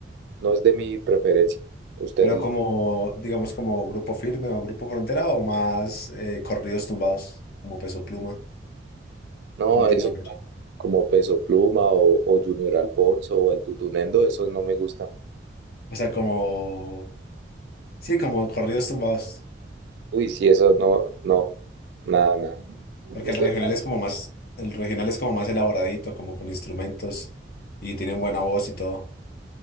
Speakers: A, on the right (about 70°); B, on the left (about 55°).
A: no es de mi preferencia. Usted,
B: Pero como, digamos, como Grupo Firme o Grupo Frontera o más eh, corridos tumbados, como Peso Pluma
A: no,
B: o Junior
A: eso como,
B: H.
A: como Peso Pluma o, o Junior Alfonso o el Tutunendo, esos no me gustan.
B: O sea, como, sí, como corridos tumbados.
A: Uy, sí, esos no, no, nada, nada. Usted,
B: Porque el regional es como más, el regional es como más elaboradito, como con instrumentos y tienen buena voz y todo.